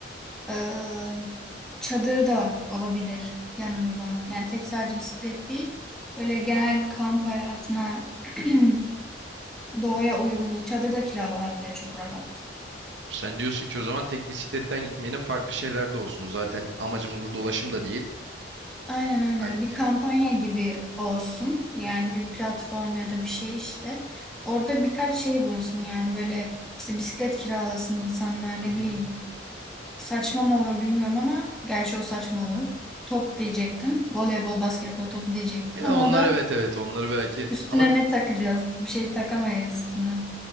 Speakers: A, in the centre; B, on the right.
A: eee, çadır da olabilir yanında. Yani tek sadece bisiklet değil. Böyle genel kamp hayatına <clears throat> doğaya
B: <laughs>
A: uyumlu çadır da kiralanabilir çok rahat.
B: Sen diyorsun ki o zaman tek bisikletten gitmeyelim farklı şeyler de olsun. Zaten amacımız burada ulaşım da değil.
A: Aynen aynen
B: Hani
A: bir kampanya gibi olsun yani bir platform ya da bir şey işte orada birkaç şey bulunsun yani böyle işte bisiklet kiralasın insanlar
B: Hı
A: ne bileyim
B: hı.
A: saçma mı olur bilmiyorum ama gerçi o saçma olur top diyecektim voleybol basketbol topu diyecektim
B: ya
A: ama
B: onlar
A: o da
B: evet evet onları belki
A: üstüne
B: ama
A: ne takacağız bir şey takamayız üstüne